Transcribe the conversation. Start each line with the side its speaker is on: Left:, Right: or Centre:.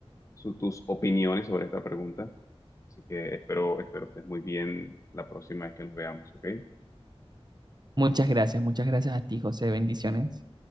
Left: su- tus opiniones sobre esta pregunta. Así que espero, espero estés muy bien la próxima vez que nos veamos, ¿ok?
Right: Muchas gracias, muchas gracias a ti, José. Bendiciones.